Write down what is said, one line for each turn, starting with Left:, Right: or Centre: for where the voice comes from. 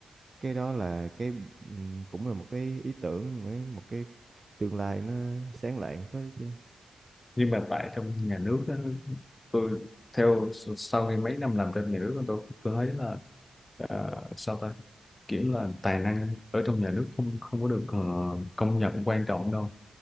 Right: cái đó là cái ừm, cũng là một cái ý tưởng một cái tương lai nó sáng lạng phết chứ
Left: nhưng mà tại trong nhà nước á, tôi theo sau khi mấy năm làm trong nhà nước tôi tôi thấy là ờ, sao ta kiểu là tài năng ở trong nhà nước không không có được ờ, công nhận quan trọng đâu